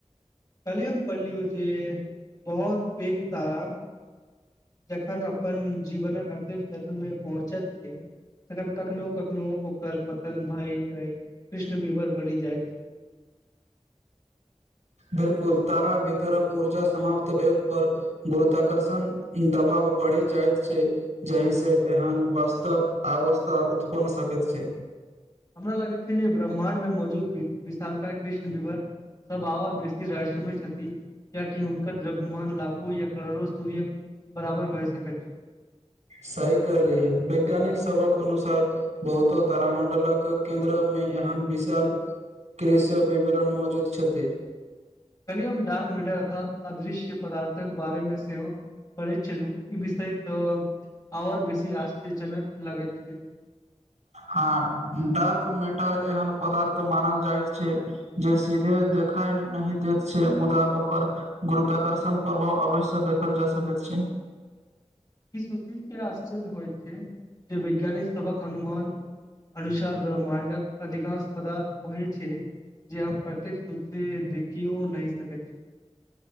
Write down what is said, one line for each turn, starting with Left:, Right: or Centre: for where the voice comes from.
Left: कल्हि हम पढ़लियो जे बहुत पेघ तारा जखन अपन जीवनक अंतिम चरण मे पहुँचत छैय तखन कखनो- कखनो ओकर पतन भय कय कृष्ण विवर बनी जाय।
Right: बिलकुल तारा भीतरक ऊर्जा समाप्त भेल पर गुरुत्वाकर्षण दबाव बढ़ि जाइत छैय जहि से एहन वास्तव अवस्था बन सकैत छैय।
Left: हमरा लगैत छैय जे ब्रह्माणड मे मौजूद विशालका कृष्ण विवर सब आओर बेसी रहस्यमय छथि। कियाकि उनकर द्रव्यमान लाखो या करोड़ो सूर्यक बराबर भय सकैत छैय।
Right: सही कहलियै वैज्ञानिक सबहक अनुसार बहुतो तारामण्डलक केन्द्रमे एहन विशाल कृषि विवरण मौजूद छथि।
Left: कली हम डार्क मीटर अथवा अदृश्य पदार्थक बारेमे सेहो पढ़ै छलू इ विषय त आओर बेसी आश्चर्यनक लागैत छैय।
Right: हँ डार्क मेटर एहन पदार्थ मानल जाइत छैय जे सीधे देखाय नहि देैत छैय मुदा ओकर गुरुत्वाकर्षण प्रभाव अवश्य देखल जा सकैत छैय।
Left: इ सूनी के आश्चर्य होइ छैय जे वैज्ञानिक सबहक अनुमान अनुसार ब्रह्मण्डक अधिकांश पदार्थ खोजै छै। जे हम प्रत्यक्ष रूप से देखियो नैय सकैत छी।